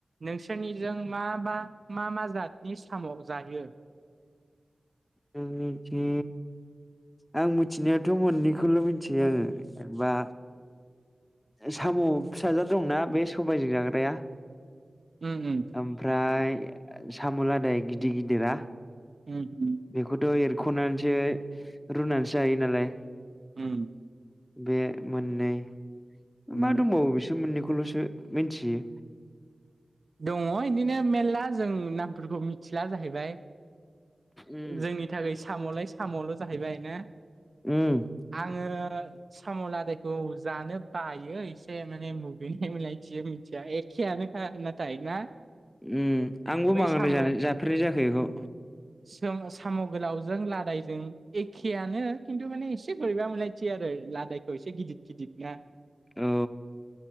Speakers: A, on the right (about 60°); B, on the left (about 15°).
A: नों सिनिजों माबा मा मा जातनि साम' जायो?
B: जोंनिथि आं मिथिनायाथ' मोननैखौल' मिथियो आङो एबा साम' फिसाजो दंना
A: उम
B: बे सबायजों जाग्राया
A: उम
B: ओमफ्राय साम' लादाय गिदिर गिदिरा
A: उम।
B: बेखौथ' एरख'नानैसो रुनानैसो जायो नालाय।
A: उम
B: बे मोननै
A: उम
B: मा दंबावो बिसोर मोननैखौ ल'सो मिथियो।
A: दङ बिदिनो मेरला जों नामफोरखौ मिथिला जाहैबाय।
B: उम
A: जोंनि थाखाय साम'लाय साम'ल' जाहैबाय ना
B: उम
A: आङो साम'लादायखौ जानो बायो एसे माने मुगैनाय मोनलायथियो मिथिया एखेआनोखा नाथाय ना
B: उम आंबो
A: बै
B: मुगैना
A: साम'
B: जाफेरनाय जायाखै बेखौ।
A: साम' गोलावजों लादायजों एखेआनो खिन्थु माने एसे बोरैबा मोनलायथि आरो। लादायखौ एसे गिदिद गिदिद ना
B: औ